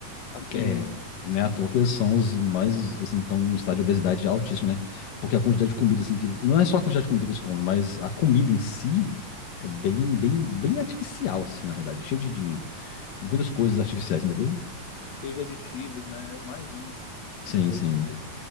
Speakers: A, on the left; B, on the left.
A: assim,
B: É, né, à toa que eles são os mais, assim, estão em um estado de obesidade altíssimo, né? Porque a quantidade de comida, assim, que eles- não é só a quantidade de comida que eles comem, mas a comida em si é bem, bem, bem artificial, assim, na realidade, cheia de, de, de muitas coisas artificiais, entendeu?
A: cheio de aditivos, né? Eu imagino.
B: Sim,
A: É
B: sim.
A: isso mesmo.